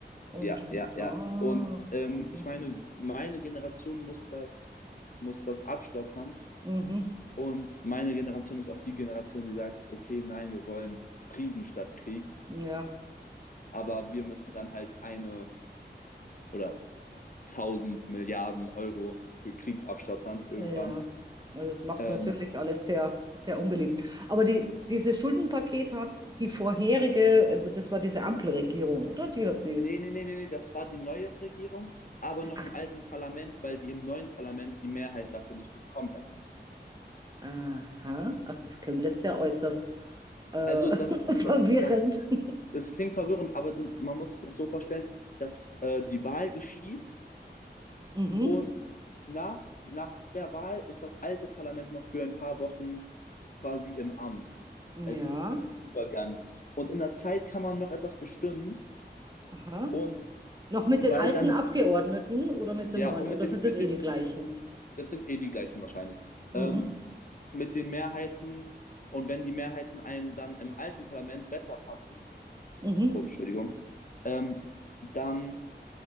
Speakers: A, on the right (about 20°); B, on the left (about 50°).
A: Und
B: Ja, ja, ja.
A: ach,
B: Und ähm,
A: mhm,
B: ich meine, meine Generation muss das muss das abstottern
A: mhm,
B: Und meine Generation ist auch die Generation, die sagt, okay, nein, wir wollen Frieden statt Krieg,
A: ja,
B: aber wir müssen dann halt eine oder tausend Milliarden Euro für Krieg abstattern irgendwann.
A: ja. Also Das macht
B: Ähm,
A: natürlich alles sehr, sehr unbeliebt. Aber die, dieses Schuldenpaket hat die vorherige, das war diese Ampelregierung, oder? Die hat die.
B: nee, nee, nee, nee, nee, das war die neue Regierung, aber noch
A: Ach
B: im alten Parlament, weil die im neuen Parlament die Mehrheit dafür nicht bekommen hätten.
A: Aha. Ach, das klingt jetzt ja äußerst äh,
B: Also das,
A: <laughs> verwirrend.
B: das,
A: <laughs>
B: das klingt verwirrend, aber man muss sich das so vorstellen, dass äh, die Wahl geschieht
A: Mhm.
B: Und nach, nach der Wahl ist das alte Parlament noch für ein paar Wochen quasi im Amt
A: Ja.
B: als Übergang. Und in der Zeit kann man noch etwas bestimmen
A: Aha.
B: und
A: Noch mit
B: weil
A: den alten
B: dann,
A: Abgeordneten oder mit
B: ja,
A: den neuen?
B: und
A: Oder
B: mit den,
A: sind
B: mit
A: das eh
B: den,
A: die gleichen?
B: das sind eh die gleichen wahrscheinlich,
A: Mhm.
B: ähm, mit den Mehrheiten und wenn die Mehrheiten einem dann im alten Parlament besser passen,
A: Mhm.
B: oh, Entschuldigung, ähm, dann,